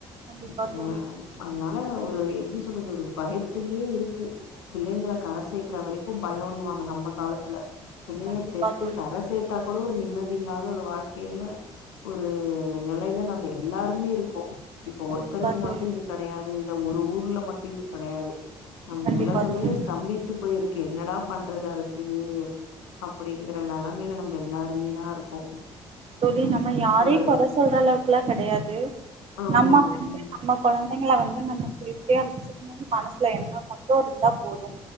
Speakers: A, on the right; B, on the left.
A: கண்டிப்பா
B: ம் ம்ங்க
A: தோழி
B: ஆ அதனால ஒரு எப்டி சொல்றது ஒரு பயத்துலேயே இருக்கு பிள்ளைங்கள கர சேர்க்கற வரைக்கு பயோண்ணுவாங்க நம்ப காலத்துல பிள்ளைய
A: கண்டிப்பா
B: பெத்து
A: தோழி
B: கர சேத்தா கூட ஒரு நிம்மதி இல்லாத ஒரு வாழ்க் இல்ல ஒரு நெலைல நம்ப எல்லாருமே இருக்கோ இப்ப
A: கண்டிப்பா
B: ஒருத்தருக்கு
A: தோழி
B: மட்டு இது கடையாது இல்ல ஒரு ஊர்ல மட்டு இது கடையாது நம்ம
A: கண்டிப்பா
B: உலகமே
A: தோழி
B: ஸ்தம்பித்து போயிருக்கு என்னடா பண்றது அடுத்தது அப்டிங்கற நெலமையில நம்ப எல்லாருமே தா இருக்கோ
A: தோழி நம்ம யாரையு
B: ஒரு
A: கொற சொல்ற அளவுக்குலா கெடையாது
B: ஆமா
A: நம்ம வந்து
B: ம்
A: நம்ம கொழந் புள்ளைங்கள வந்து நம்ம சேப்டியா வச்சுக்கணும்னு மனசுல எண்ணோ மட்டும் இருந்தா போது